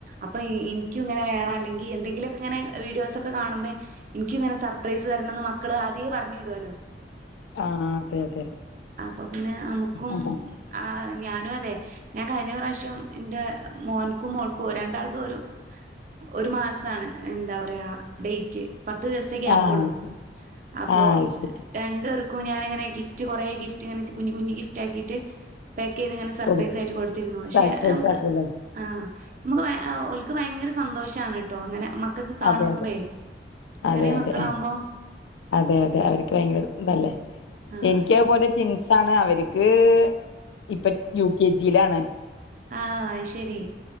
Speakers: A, on the right; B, on the left.
A: അപ്പം ഇ ഇൻയ്ക്കും ഇങ്ങെനെ വേണം അല്ലെങ്കി എന്തെങ്കിലൊക്കെങ്ങെനെ വീഡിയോസൊക്കെ കാണുമ്പെ ഇൻയ്ക്കും ഇങ്ങെനെ സർപ്രൈസ് തരണംന്ന് മക്കള് ആദ്യേ പർഞ്ഞ്ടോലാേ
B: ആ അതെ അതെ
A: അപ്പൊ പിന്നെ നമുക്കും
B: അതെ.
A: ആഹ് ഞാനും അതേ ഞാൻ കയ്ഞ്ഞ പ്രാശ്യം ഇന്റെ മോൻക്കും മോൾക്കും രണ്ടാൾതും ഒരു ഒരു മാസാണ് എന്താ പറയാ ഡെയ്റ്റ് പത്ത് ദിവ്സ്ത്തെ ഗ്യാപ്പാെള്ളു
B: ആ ശരി
A: അപ്പോ
B: ആ ശരി
A: രണ്ട് പേർക്കും ഞാന്ങ്ങെനെ ഗിഫ്റ്റ് കാെറേ ഗിഫ്റ്റ്ങ്ങെനെ കുഞ്ഞ് കുഞ്ഞ് ഗിഫ്റ്റാക്കീട്ട് പേക്കെയ്ത്ങ്ങെനെ സർപ്രൈസായ്ട്ട്
B: കൊടുക്കും
A: കൊട്ത്തിര്ന്നു പക്ഷെ
B: സർപ്രൈസ്
A: നമുക്ക്
B: ആക്കൂല്ലേ
A: ആഹ് നമുക്ക് ഭ അ ഒൽ ക്ക് ഭയ്ങ്കെര സന്തോഷാണ്‌ട്ടോ അങ്ങെനെ മക്കക്ക് കാണുമ്പേ
B: അതെ അതെ
A: ചെറ്യേ
B: അതെ അതെ
A: മക്കളാവുമ്പം
B: അതെ അതെ അവര്ക്ക് ഭയങ്കെര തെല്ലേ
A: ആ
B: എനിയ്ക്കത്‌ പോലെ ടിൻസ് ചാണ് അവര്ക്ക് ഇപ്പ യു കെ ജിലാണ്
A: ആഹ് അത്‌ ശരി